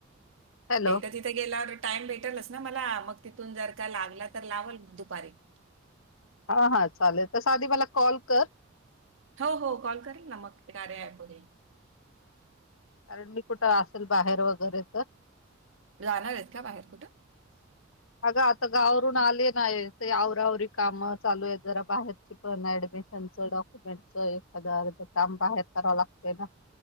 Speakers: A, on the left; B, on the right.
A: हॅलो
B: एकदा तिथे गेल्यावर टाईम भेटलच ना मला मग तिथून जर का लागला तर लावाल म दू पारी
A: हा हा चालेल तस आधी मला कॉल कर.
B: हो हो कॉल करेल ना मग कार्य ऍप वर ये.
A: कारण मी कुठं आसल बाहेर वैगरे तर
B: जाणार आहेत का बाहेर कुठं?
A: अगं आता गावावरून आले. नाही ते आवरावरी काम चालू आहेत. जरा बाहेरची पण, ऍडमिशनच, डॉक्युमेंटच एखादं अर्ध काम बाहेर करावं लागतंय ना.